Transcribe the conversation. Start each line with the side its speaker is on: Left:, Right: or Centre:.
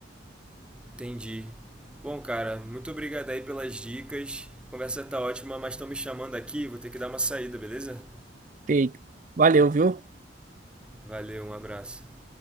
Centre: Entendi. Bom, cara, muito obrigado aí pelas dicas. A Conversa tá ótima, mas estão me chamando aqui, vou ter que dar uma saída, beleza?
Right: Feito. Valeu, viu?
Centre: Valeu, um abraço.